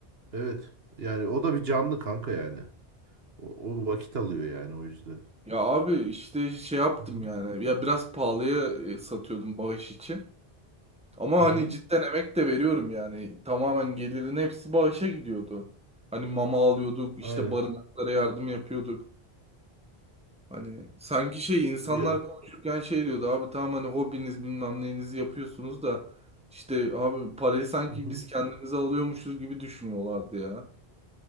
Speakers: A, on the right; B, in the centre.
A: evet yani o da bir canlı kanka yani. O, o vakit alıyor yani o yüzden.
B: ya abi işte şey yaptım
A: Hı hı.
B: yani. Ya biraz pahalıya e, satıyordum bağış için. Ama
A: Hı hı.
B: hani cidden emek de veriyorum yani. Tamamen gelirin hepsi bağışa gidiyordu. Hani mama alıyorduk, işte
A: Aynen.
B: barınaklara yardım yapıyorduk. Hani sanki şey insanlar
A: Ya.
B: konuşurken şey diyordu abi tamam hani hobiniz bilmem neyinizi yapıyorsunuz da işte abi parayı sanki
A: Hı hı.
B: biz kendimize alıyormuşuz gibi düşünüyorlardı ya.